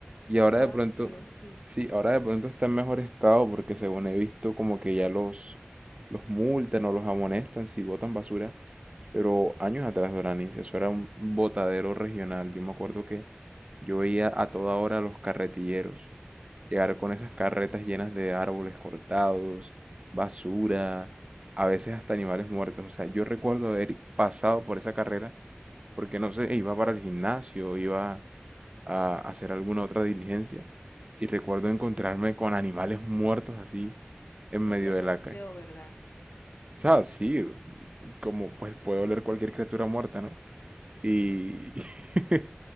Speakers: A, on the right; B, on the left.
A: y
B: que
A: ahora
B: está
A: de
B: vacío,
A: pronto,
B: sí.
A: sí, ahora de pronto está en mejor estado porque según he visto como que ya los los multan o los amonestan si botan basura, pero años atrás, Doranis, eso era un botadero regional. Yo me acuerdo que yo veía a toda hora a los carretilleros llegar con esas carretas llenas de árboles cortados, basura a veces hasta animales muertos. O sea, yo recuerdo haber pasado por esa carrera porque no sé, iba para el gimnasio, iba a hacer alguna otra diligencia y recuerdo encontrarme con animales muertos así en medio
B: olían
A: de
B: a
A: la
B: feo,
A: calle.
B: ¿verdad?
A: O sea, sí, como pues puede oler cualquier criatura muerta, ¿no? Y <laughs>